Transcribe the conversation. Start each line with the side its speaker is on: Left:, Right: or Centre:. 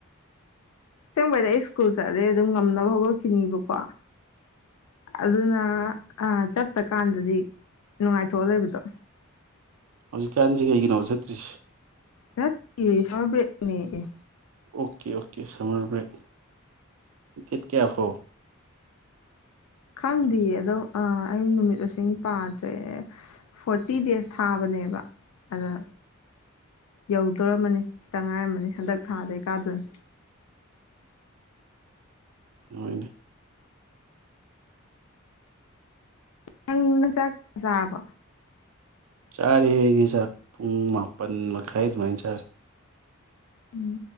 Left: ꯑꯁꯦꯡꯕꯗꯤ ꯑꯩ ꯁ꯭ꯀꯨꯜ ꯆꯠꯂꯗꯤ ꯑꯗꯨꯝ ꯉꯝꯅꯕ ꯍꯧꯒꯠꯈꯤꯅꯤꯕꯀꯣ ꯑꯗꯨꯅ ꯆꯠ ꯆꯠꯀꯥꯟꯗꯗꯤ ꯅꯨꯡꯉꯥꯏꯊꯣꯛꯑ ꯂꯩꯕꯗꯣ
Right: ꯍꯧꯖꯤꯛ ꯀꯥꯟꯁꯤ ꯀꯩꯒꯤꯅꯣꯕ ꯆꯠꯇ꯭ꯔꯤꯁꯤ
Left: ꯔ ꯁꯝꯃꯔ ꯕꯔꯦꯛꯅꯦ ꯑꯦ
Right: okay okay summer break date ꯀꯌꯥ ꯐꯧ
Left: ꯈꯪꯗꯤꯌꯦ ꯑꯗꯣ ꯑ ꯑꯩ ꯅꯨꯃꯤꯠ ꯃꯁꯤꯡ ꯄꯥꯗ꯭ꯔꯦ ꯐꯣꯔꯇꯤ ꯗꯦꯖ ꯊꯥꯕꯅꯦꯕ ꯑꯗ ꯌꯧꯗꯣꯔꯝꯃꯅꯤ ꯈꯤꯇꯪ ꯉꯥꯏꯔꯝꯃꯅꯤ ꯍꯟꯗꯛ ꯊꯥꯗꯩ ꯀꯥꯗꯣꯏꯅꯤ
Right: ꯍꯣꯏꯅꯦ
Left: ꯅꯪ ꯃ ꯆꯥꯛ ꯆꯥꯔꯕꯣ
Right: ꯆꯥꯔꯤ ꯑꯩꯗꯤ ꯆꯥꯛ ꯄꯨꯡ ꯃꯥꯄꯟ ꯃꯈꯥꯏ ꯑꯗꯨꯃꯥꯏꯅ ꯆꯔꯦ
Left: ꯎꯝ